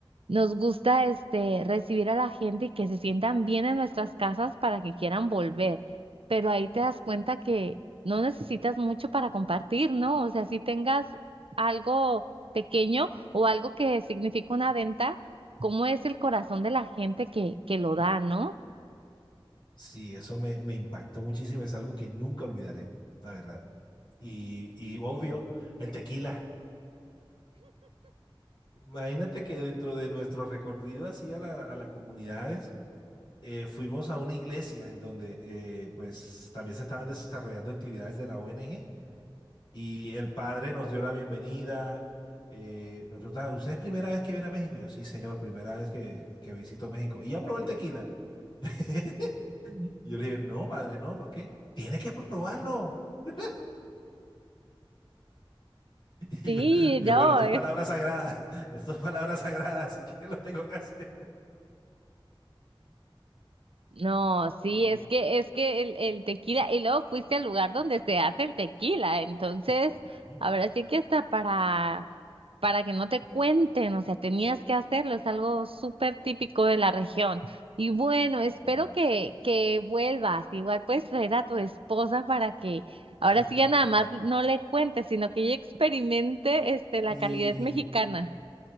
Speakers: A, on the right (about 85°); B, on the left (about 60°).
A: nos gusta este recibir a la gente y que se sientan bien en nuestras casas para que quieran volver, pero ahí te das cuenta que no necesitas mucho para compartir, ¿no? O sea, si tengas algo pequeño o algo que significa una venta, ¿cómo es el corazón de la gente que, que lo da, ¿no?
B: Sí, eso me, me impactó muchísimo, es algo que nunca olvidaré, la verdad. Y, y obvio, el tequila. Imagínate que dentro de nuestro recorrido así a la, a las comunidades, eh, fuimos a una iglesia en donde eh, pues también se estaban desarrollando actividades de la ONG y el padre nos dio la bienvenida, eh, nos preguntaba, ¿usted es primera vez que viene a México? Y yo, sí, señor, primera vez que, que visito México. Y ya probó el tequila. <laughs> Y yo le dije, no, padre, no, ¿por qué? Tiene que probarlo. <laughs> Y
A: Sí,
B: yo, yo,
A: no,
B: bueno,
A: <laughs>
B: esto es palabra sagrada, <laughs> esto es palabra sagrada, así que lo tengo que hacer. <laughs>
A: No, sí,
B: Sí,
A: es que es que el, el tequila, y luego fuiste al lugar donde se hace el tequila, entonces,
B: me imagino.
A: ahora sí que hasta para, para que no te cuenten, o sea, tenías que hacerlo, es algo súper típico de la región. Y bueno,
B: Sí.
A: espero que, que vuelvas, igual puedes traer a tu esposa para que
B: Ay,
A: ahora sí ya
B: ojalá.
A: nada más no le cuentes, sino que ella experimente este, la
B: Sí,
A: calidez mexicana.